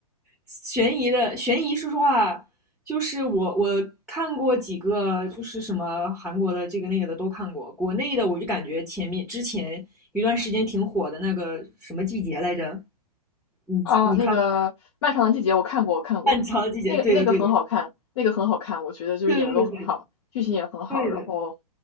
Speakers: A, in the centre; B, on the left.
A: 悬疑的悬疑，说实话，就是我我看过几个，就是什么韩国的这个那个的都看过，国内的我就感觉前面之前一段时间挺火的那个什么季节来着，你你看
B: 啊，那个《漫长的季节》我看过，我看过，
A: 漫长的季节，
B: 那个那个很好看，
A: 对的对的
B: 那个很好看，我觉得就是演的都很好，
A: 对对对的
B: 剧情也很好，
A: 对的，
B: 然后